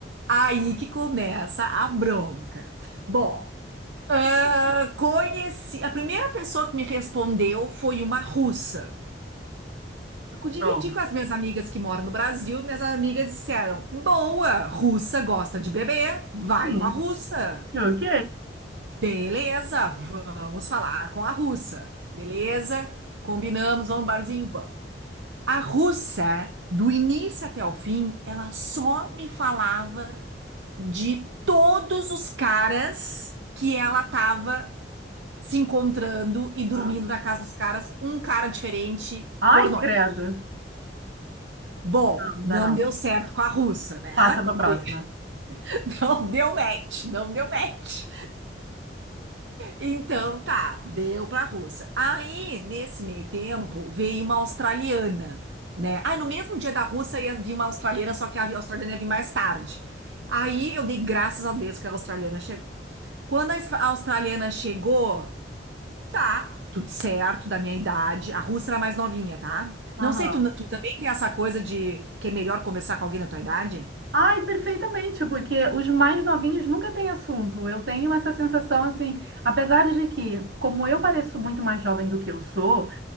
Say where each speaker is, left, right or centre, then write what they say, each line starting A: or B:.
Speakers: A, on the right; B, on the right.
A: Aí que começa a bronca. Bom. Ah, conheci. A primeira pessoa que me respondeu foi uma russa. Eu dividi
B: Pronto.
A: com as minhas amigas que moram no Brasil, e minhas amigas disseram: Boa, russa gosta de beber, vai
B: Uhum.
A: com a russa.
B: Ok.
A: Beleza, vamos falar com a russa. Beleza, combinamos, vamos no barzinho, vamos. A russa, do início até o fim, ela só me falava de todos os caras que ela tava se encontrando e dormindo
B: Ah,
A: na casa dos caras, um cara diferente
B: Ai,
A: por noite.
B: credo.
A: Bom,
B: Não, não
A: não
B: dá não.
A: deu certo com a russa, né?
B: Passa para a
A: De-
B: próxima.
A: <laughs> Não deu match, não deu match. Então tá, deu pra russa. Aí, nesse meio tempo, veio uma australiana, né? Ah, no mesmo dia da russa ia vir uma australiana, só que a australiana ia vir mais tarde. Aí eu dei graças a Deus que a australiana chegou. Quando a austra- a australiana chegou, Tá, tudo certo, da minha idade. A Russa era mais novinha, tá?
B: Aham.
A: Não sei, tu, tu também tem essa coisa de que é melhor conversar com alguém da tua idade?
B: Ai, perfeitamente, porque os mais novinhos nunca têm assunto. Eu tenho essa sensação, assim, apesar de que, como eu pareço muito mais jovem do que eu sou,